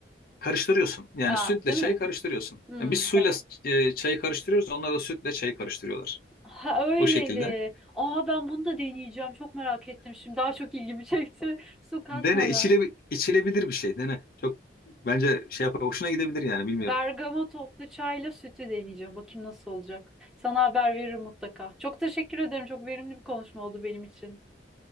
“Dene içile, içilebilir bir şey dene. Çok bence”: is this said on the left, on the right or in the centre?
Left